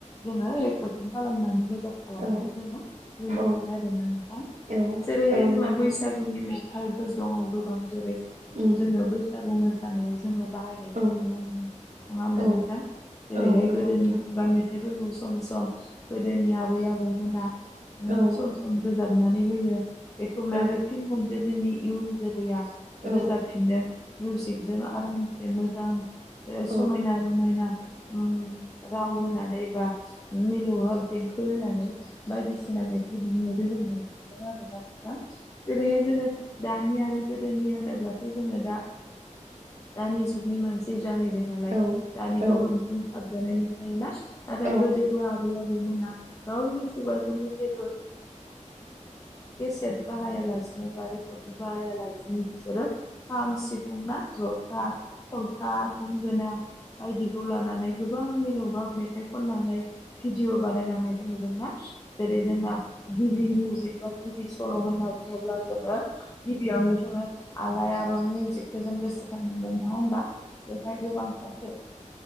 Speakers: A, on the left; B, on the right.
A: जोङो रेकर्डिं खालामनानै <unintelligible>
B: औ
A: जोङो नुनो
B: औ
A: मोनो आरो ना नोंथां।
B: औ
A: जेरैहाय
B: औ
A: जोंना
B: नंगौ नोंथां
A: बैसागुनि मे <unintelligible> दङ' गोबां जेरै जोङो
B: उम
A: बैसागु मो सानायाव जोङो बाहायनायखौ
B: औ
A: नुनो मोनो नङा होमबा
B: औ
A: नोंथां जेरैहाय
B: औ नंगौ
A: गोदोनि
B: नोंथां
A: खुगा मे बेफोरखौ सम सम गोदोनि आबै आबौमोना उम
B: औ
A: सम सम रोजाब नानै हैयो। बेखौ आरो
B: औ
A: फिन <unintelligible> जोंनि इउन जोलैया
B: औ ।
A: दों मिउजिकजों आराम बे मोजां ओ समायना
B: औ
A: रमायना उम राव होनानै बा मिलौहाब देंखो होनानै बायदिसिना मेथाइ दिहुनो <unintelligible> <unintelligible> आरो ना नोंथां बिदिनो जोङो दानि आरो गोदोनि होनोब्ला थ' जोङो दा दानि जुगनि मानसि जाहैबाय नालाय
B: औ
A: दानिखौ
B: औ
A: बांसिन साब <unintelligible> मोनफायो ना नाथाय
B: औ जों औ उम
A: गोदोबो आबै आबौ मोना गावनि खुगाजोंनि जेबो केसेट बाहाया लासिनो बा रेकरदिं बाहाया लासिनो बिसोरो खाम सिफुं ना जथा खलखा गंगोना बायदिखौ लानानै गोबां <unintelligible> मेथाइ खननानै भिदिअ' बानायलांनायखौ नुदों ना जेरै जोंना गिबि निउस जिबबा गिबि सल' होनना बुङोब्ला ब्ला जोङो गिबियावनो जोङो आलाइआ रन खौ जों गोसोखांनांगोन नङा होमबा बेवहाय गोबांथासो